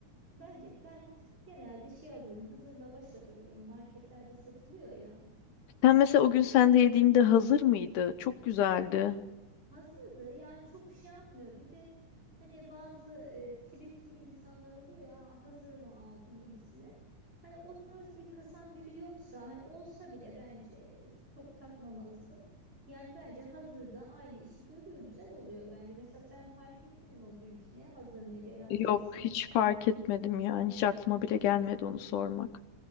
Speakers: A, on the right; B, on the left.
A: bence ben genelde şey alıyorum hazır lavaş alıyorum marketlerde satılıyor ya
B: Sen mesela o gün sende yediğimde hazır mıydı? Çok güzeldi.
A: hazırdı yani çok şey yapmıyor bir de Hani bazı e, tripli insanlar oluyor ya "Aa, hazır mı aldın gibisine. Hani o tarz bir kasan biri yoksa hani olsa bile bence çok takmamalısın. Yani bence hazırda aynı işi görüyor güzel oluyor bence. Mesela sen fark ettin mi o günküne hazır mıydı el açması
B: Yok
A: mıydı?
B: hiç fark etmedim yani. Hiç aklıma bile gelmedi onu sormak.